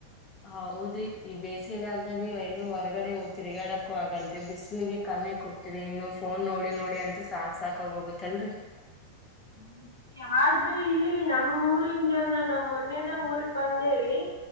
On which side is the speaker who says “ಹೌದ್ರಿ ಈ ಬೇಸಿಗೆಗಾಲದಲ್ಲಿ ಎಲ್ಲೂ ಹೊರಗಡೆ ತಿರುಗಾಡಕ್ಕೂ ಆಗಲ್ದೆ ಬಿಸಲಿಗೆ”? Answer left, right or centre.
Left